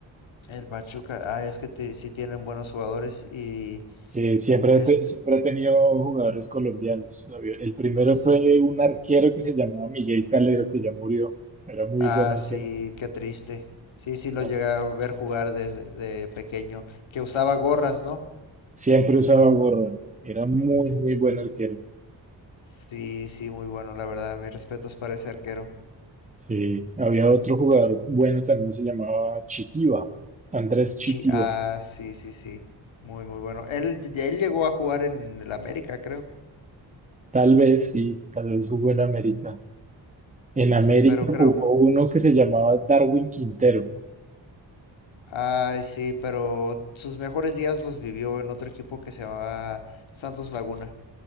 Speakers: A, on the left (about 80°); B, on the right (about 15°).
A: El Pachuca, ah, es que te- sí tienen buenos jugadores y
B: que siempre,
A: este
B: ha te- siempre ha tenido jugadores colombianos. Había- El primero
A: s-
B: fue un arquero que se llamaba Miguel Calero, que ya murió. Era muy
A: ah,
B: buen arquero.
A: sí, qué triste. Sí, sí lo
B: Ah,
A: llegué a ver jugar desde de pequeño, que usaba gorras, ¿no?
B: Siempre usaba gorra. Era muy, muy buen arquero.
A: Sí, sí, muy bueno, la verdad, mis respetos para ese arquero.
B: Sí. Había otro jugador bueno también, se llamaba Chitiva, Andrés Chitiva.
A: Chi- ah, sí, sí, sí. Muy, muy bueno. Él, él llegó a jugar en el América, creo.
B: Tal vez sí, tal vez jugó en América. En América
A: Sí, pero creo,
B: jugó uno que se llamaba Darwin Quintero,
A: ay, sí, pero sus mejores días los vivió en otro equipo que se llamaba Santos Laguna.